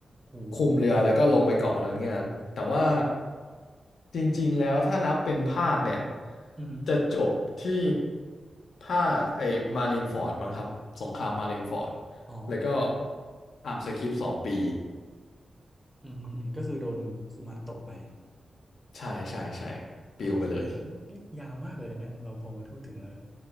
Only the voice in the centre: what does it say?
โห
อือหือ
อ๋อ
อืมอืมอืมก็คือโดนคุมะตบไป
อ่าโห
นี่ยาวมากเลยนะเนี่ยเราพอมาพูดถึงแล้วเนี่ย